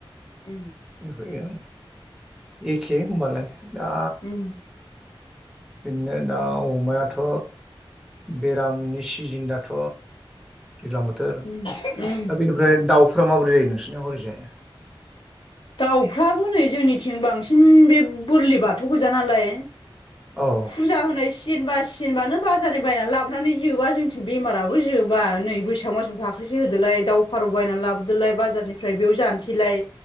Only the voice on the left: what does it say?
उम
उम
उम उम उम
दाउफ्राबो नै जोंनिथिं बांसिन बे बोरलि बाथौ गोजा नालाय
फुजा होनाय सग जेनबासिनबानो बाजारनि बायनानै लाबोनानै जोबा जोंनिथिं बेमाराबो जोबा नै बैसाग मोस आव थाखायोै। से होदोलाय दाव फारौ बायनानै लाबोदोलाय बाजारनिफ्राय बेयाव जानोसैलाय।